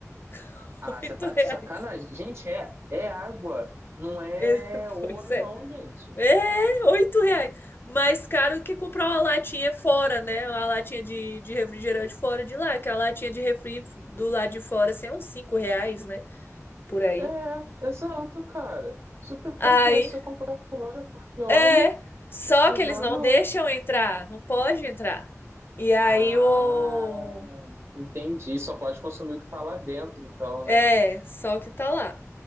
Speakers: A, on the left (about 40°); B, on the right (about 50°).
A: <laughs>
B: Ah,
A: oito
B: você tá de
A: reais.
B: sacanagem. Gente, é, é água. Não é
A: Esse-
B: ouro,
A: Pois é.
B: não, gente.
A: É, 8 reais. Mais caro que comprar uma latinha fora, né? Uma latinha de, de refrigerante fora de lá, que a latinha de refri do lado de fora, assim, é uns 5 reais, né? Por aí.
B: É, exato, cara. Super
A: Aí,
B: compensa comprar fora, porque olha,
A: É, só
B: não
A: que eles
B: dá
A: não
B: não.
A: deixam entrar, não pode entrar. E aí
B: Ah,
A: o.
B: entendi. Só pode consumir o que tá lá dentro, então,
A: É,
B: né?
A: só que tá lá.